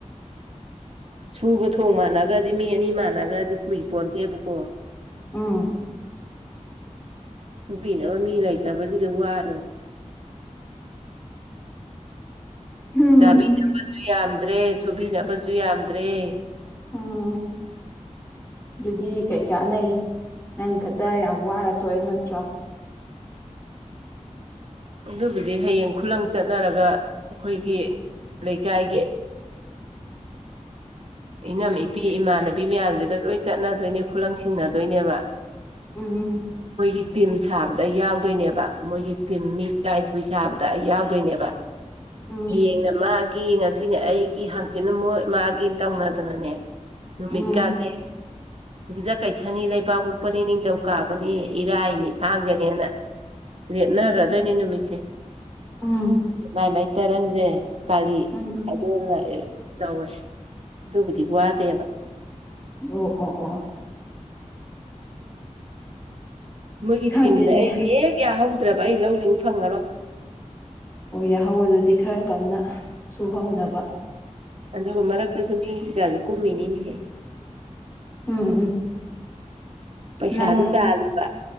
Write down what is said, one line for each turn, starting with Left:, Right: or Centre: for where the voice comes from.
Right: ꯁꯨꯕ ꯊꯣꯡ ꯃꯥꯟꯅꯈ꯭ꯔꯗꯤ ꯃꯤ ꯑꯅꯤ ꯃꯥꯟꯅꯈ꯭ꯔꯗꯤ ꯀꯨꯏꯄꯣꯟꯇꯦꯕꯀꯣ
Left: ꯎꯝ
Right: ꯍꯨꯕꯤꯅꯕ ꯃꯤ ꯂꯩꯇꯕꯁꯤꯗꯤ ꯋꯥꯔꯦꯅꯦ
Left: ꯎꯝ
Right: ꯆꯥꯕꯤꯅꯕꯁꯨ ꯌꯥꯝꯗ꯭ꯔꯦ ꯁꯨꯕꯤꯅꯕꯁꯨ ꯌꯥꯝꯗ꯭ꯔꯦ
Left: ꯎꯝ
Right: <inaudible>
Left: ꯑꯗꯨꯗꯤ ꯀꯩ ꯀꯥꯟꯅꯩ ꯅꯪ ꯈꯛꯇ ꯌꯥꯝ ꯋꯥꯅ ꯇꯣꯛꯑꯦ ꯅꯠꯇ꯭ꯔꯣ
Right: ꯑꯗꯨꯕꯨꯗꯤ ꯍꯌꯦꯡ ꯈꯨꯂꯪ ꯆꯠꯅꯔꯒ ꯑꯩꯈꯣꯏꯒꯤ ꯂꯩꯀꯥꯏꯒꯤ ꯏꯅꯝ ꯏꯄꯤ ꯏꯃꯥꯟꯅꯕꯤ ꯃꯌꯥꯝꯁꯤꯒ ꯂꯣꯏ ꯆꯠꯅꯗꯣꯏꯅꯦ ꯈꯨꯂꯪ ꯁꯤꯡꯅꯗꯣꯏꯅꯦꯕ
Left: ꯎꯝ
Right: <inaudible> ꯃꯣꯏꯒꯤ ꯇꯤꯝ ꯁꯥꯕꯗ ꯑꯩ ꯌꯥꯎꯗꯣꯏꯅꯦꯕ ꯃꯣꯏꯒꯤ ꯇꯤꯝ ꯃꯤ ꯇꯔꯥꯅꯤꯊꯣꯏ ꯁꯥꯕꯗ ꯑꯩ ꯌꯥꯎꯗꯣꯏꯅꯦꯕ
Left: ꯎꯝ
Right: ꯍꯌꯦꯡꯅ ꯃꯥꯒꯤ ꯉꯁꯤꯅꯦ ꯑꯩꯒꯤ ꯍꯥꯡꯆꯤ ꯃꯣꯏ ꯃꯥꯒꯤ ꯇꯧꯅꯗꯅꯅꯦ ꯅꯨꯃꯤꯠꯀꯥꯁꯦ
Left: ꯎꯝ
Right: ꯌꯨꯨꯝꯖ ꯀꯩꯁꯥꯅꯤ ꯂꯩꯕꯥꯛ ꯄꯣꯛꯄꯅꯤ ꯅꯤꯡꯊꯧ ꯀꯥꯕꯅꯤ ꯏꯔꯥꯏꯅꯤ ꯊꯥꯡꯖꯅꯦꯅ ꯂꯦꯠꯅꯈ꯭ꯔꯗꯣꯏꯅꯦ ꯅꯨꯃꯤꯠꯁꯦ
Left: ꯎꯝ
Right: ꯃꯥꯏ ꯃꯥꯏ ꯇꯔꯟꯁꯦ ꯄꯥꯂꯤ
Left: ꯎꯝ
Right: ꯍꯥꯏꯗꯣꯟꯅ ꯇꯧꯋꯦ ꯑꯗꯨꯕꯨꯗꯤ ꯋꯥꯗꯦꯕ
Left: ꯑꯣ ꯑꯣ ꯑꯣ
Right: ꯃꯣꯏꯒꯤ
Left: ꯑꯁ ꯈꯪꯗꯦꯅꯦ
Right: ꯇꯤꯝꯗ ꯑꯩꯁꯦ ꯍꯦꯛ ꯌꯥꯍꯧꯗ꯭ꯔꯕ ꯑꯩ ꯂꯧꯗꯤꯡ ꯐꯪꯉꯔꯣꯏ
Left: ꯑꯣ ꯌꯥꯍꯧ ꯑꯗꯨꯗꯤ ꯈꯔ ꯀꯟꯅ ꯁꯨꯍꯧꯅꯕ
Right: ꯑꯗꯨꯒ ꯃꯔꯛꯇꯁꯨ ꯃꯤ ꯀꯌꯥꯁꯨ ꯀꯨꯝꯃꯤꯅꯤꯅꯤꯍꯦ
Left: ꯎꯝ ꯎꯝ
Right: ꯄꯩꯁꯥꯁꯨ
Left: ꯅꯪ
Right: ꯇꯥꯜꯂꯤꯕ